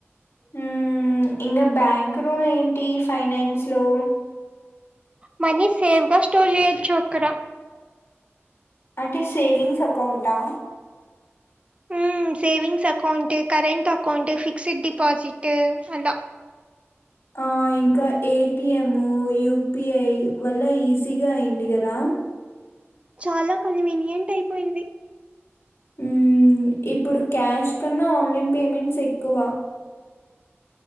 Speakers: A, on the left; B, on the right.
A: ఉమ్ ఇంకా బ్యాంక్ రోల్ ఏంటి ఫైనాన్స్ లో
B: మనీ సేఫ్గా స్టోర్ చేయొచ్చు అక్కడ
A: అంటే సేవింగ్స్ అకౌంటా
B: ఉమ్ ఉమ్ savings account current account fixed deposit అలా
A: ఆ ఇంకా ఏటిఎం యూపిఐ వల్ ఇలా ఈజీగా అయింది కదా
B: చాలా కన్వీనియంట్ అయిపోయింది
A: ఉమ్ ఇప్పుడు క్యాష్ కన్నా ఆన్లైన్ పేమెంట్స్ ఎక్కువ